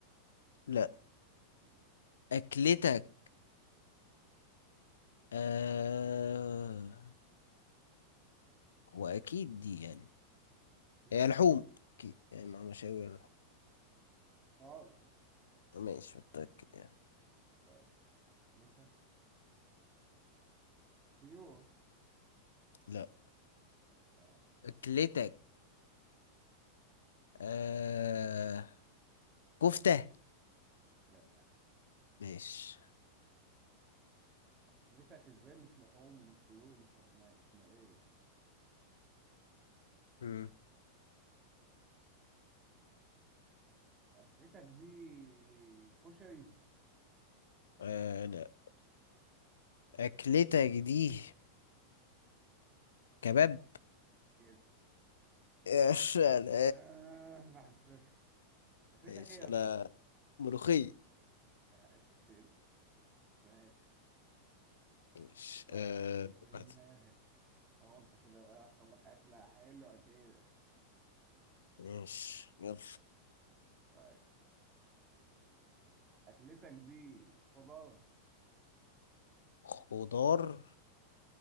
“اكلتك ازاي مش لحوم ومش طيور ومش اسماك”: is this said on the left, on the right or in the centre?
Right